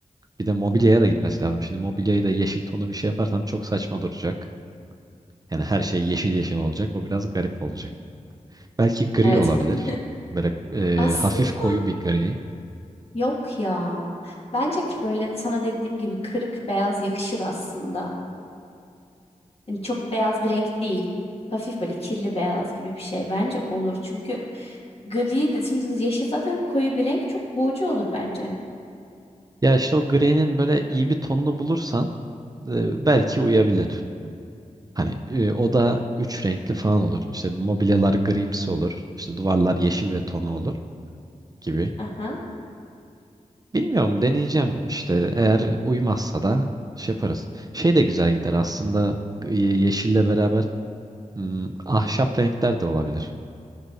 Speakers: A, on the right; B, on the left.
A: Bir de mobilyaya da gitmesi lazım. Şimdi mobilyayı da yeşil tonu bir şey yaparsam çok saçma duracak. Yani her şey yeşil yeşil olacak. O biraz garip olacak. Belki gri
B: Evet.
A: olabilir.
B: <laughs>
A: Böyle e,
B: Aslında
A: hafif koyu bir gri.
B: Yok ya. Bence böyle sana dediğim gibi kırık beyaz yakışır aslında. Yani çok beyaz bir renk değil. Hafif böyle kirli beyaz gibi bir şey bence olur. Çünkü gri de şimdi yeşil zaten koyu bir renk çok boğucu olur bence.
A: Ya işte o gri'nin böyle iyi bir tonunu bulursan e, belki uyabilir. Hani e, o da üç renkli falan olur. İşte mobilyalar grimsi olur. İşte duvarlar yeşil ve tonu olur. gibi.
B: Aha.
A: Bilmiyorum deneyeceğim işte. Eğer uymazsa da şey yaparız. Şey de güzel gider aslında ye- yeşille beraber hmm, ahşap renkler de olabilir.